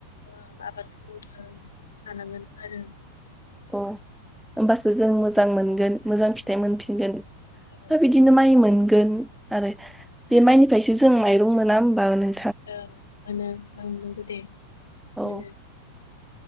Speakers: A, on the left (about 70°); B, in the centre.
A: अ आबादखौ <unintelligible> लानांगोनथ आरो
B: अ होमबासो जों मोजां मोनगोन मोजां फिथाइ मोनफिनगोन‌।
A: औ
B: हो बिदिनो माइ मोनगो गोन आरो बे माइनिफ्रायसो जों माइरं मोना होमबा नों
A: ओं मोनो ओं नंगौ दे।
B: औ
A: मोनो